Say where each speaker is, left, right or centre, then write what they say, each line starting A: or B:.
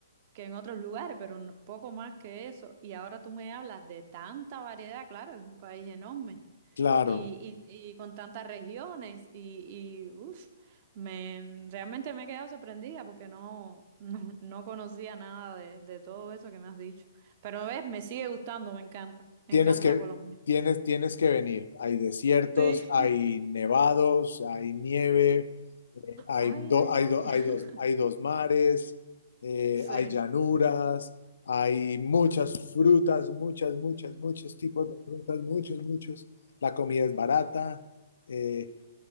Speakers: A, on the right; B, on the left.
A: que en otros lugares, pero un poco más que eso. Y ahora tú me hablas de tanta variedad, claro, es un país enorme
B: Claro,
A: y, y, y con tantas regiones y, y uf, me, realmente me he quedado sorprendida porque no, <laughs> no, no conocía nada de, de todo eso que me has dicho. Pero ves, me sigue gustando, me encanta, me
B: tienes
A: encanta
B: que,
A: Colombia.
B: tienes, tienes que venir. Hay desiertos,
A: Sí.
B: hay
A: <laughs>
B: nevados, hay nieve, eh, hay,
A: Ay,
B: do-
A: ay,
B: hay,
A: ay.
B: do- hay, dos,
A: <laughs>
B: hay dos mares, eh,
A: Sí.
B: hay llanuras, hay muchas frutas, muchas, muchas, muchos tipos de frutas, muchos, muchos. La comida es barata. eh,